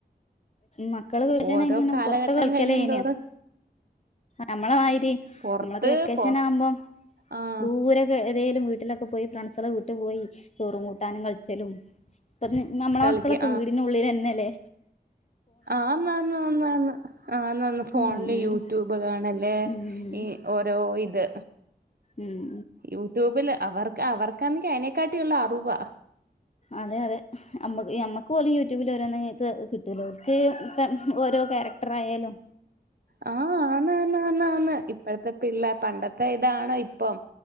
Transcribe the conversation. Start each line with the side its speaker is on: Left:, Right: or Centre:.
Left: മക്കള് <unintelligible>
Right: ഓരോ
Left: ഇങ്ങനെ
Right: കാലഘട്ടം
Left: പോർത്ത് ഒക്കെ കളിക്കലേനിയോ
Right: കഴിയുന്തോറും
Left: നമ്മളെമായിരി
Right: പൊറത്ത്
Left: നമ്മളക്കെ വെക്കേഷന
Right: പൊ
Left: ആവുമ്പം
Right: ആഹ്
Left: ദൂരെ. എതേലും വീട്ടിലൊക്കെ പോയി ഫ്രണ്ട്സളെ വീട്ട് പോയി ചോറും കൂട്ടാനും കൾച്ചലും. <unintelligible> നമ്മളെ
Right: കളിക്ക
Left: മക്കളൊക്കെ വീടിനുള്ളിലന്നെ ലെ
Right: ആന്നന്നന്നന്ന് ആന്നന്ന് ഫോൺല്
Left: ഉം
Right: യൂട്യൂബ് കാണല്.
Left: ഉം
Right: ഈ ഓരോ ഇത്.
Left: ഉം
Right: യൂട്യൂബ് ല് അവർക്ക് അവർക്കാണെങ്കി അയിനെക്കാട്ടിയുള്ള അറ് വാ
Left: അതെ അതെ അമ്മക് ഈ അമ്മ ക്ക് ഓല് യൂട്യൂബില് ഓരോന്ന് ക് കിട്ടോല്ലോ ഓൽക്ക് ഓരോ ക്യാരക്ടർ ആയാലോ
Right: ആ ആന്ന് ന്നന്ന ആന്ന് ഇപ്പഴത്തെ പിള്ള പണ്ടത്തെ ഇതാണോ ഇപ്പം.